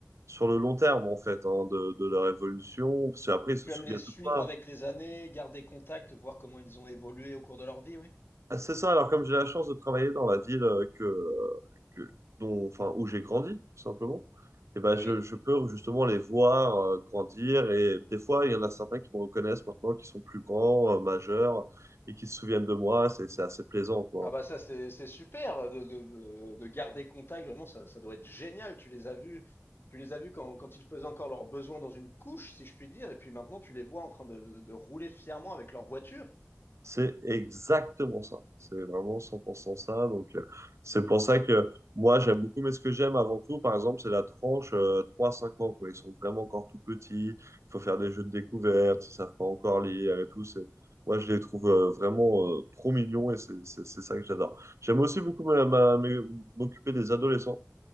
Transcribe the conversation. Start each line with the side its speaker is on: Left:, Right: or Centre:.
Right: sur le long terme, en fait, hein, de, de leur évolution. Parce qu'après, ils se
Left: Tu
Right: souviennent
Left: aimes les suivre
Right: de toi.
Left: avec les années, garder contact, voir comment ils ont évolué au cours de leur vie, oui?
Right: Ah, C'est ça, alors comme j'ai la chance de travailler dans la ville euh, que, que- dont, enfin, où j'ai grandi, tout simplement, et ben,
Left: Oui.
Right: je, je peux justement les voir euh, grandir. Et des fois, il y en a certains qui me reconnaissent maintenant, qui sont plus grands, euh, majeurs, et qui se souviennent de moi. C'est, c'est assez plaisant, quoi.
Left: Ah bah ça, c'est, c'est super de, de- de- euh, de garder contact, vraiment, ça, ça doit être génial. Tu les as vus, tu les as vus quand, quand ils faisaient encore leurs besoins dans une couche, si je puis dire, et puis maintenant, tu les vois en train de de rouler fièrement avec leur voiture.
Right: C'est exactement ça. C'est vraiment 100% ça. Donc, euh, c'est pour ça que moi, j'aime beaucoup, mais ce que j'aime avant tout, par exemple, c'est la tranche euh, 3-5 ans, quoi. Ils sont vraiment encore tout petits. Il faut faire des jeux de découverte. Ils savent pas encore lire et tout. C'est, moi, je les trouve euh, vraiment euh, trop mignons et c'est c'est- c'est ça que j'adore. J'aime aussi beaucoup ma- ma- mes- m'occuper des adolescents.